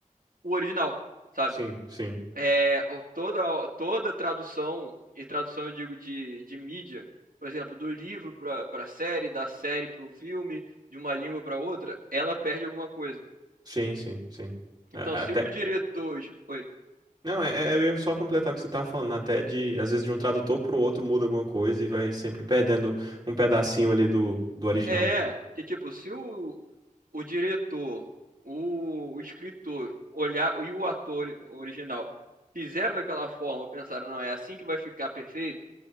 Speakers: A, on the right; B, on the right.
A: o original, sabe?
B: Sim, sim,
A: É, o- toda toda tradução, e tradução eu digo de, de mídia, por exemplo, do livro para para série, da série para o filme, de uma língua para outra, ela perde alguma coisa.
B: sim, sim, sim. A-
A: Então, se
B: Até.
A: o diretor. Oi.
B: Não, é, é- eu ia só completar o que você tava falando, né? até de, às vezes, de um tradutor pro outro muda alguma coisa e vai sempre perdendo um pedacinho ali do, do original.
A: É, que tipo, se o, o diretor, o, o escritor olhar e o ator original fizeram daquela forma, pensaram, não, é assim que vai ficar perfeito,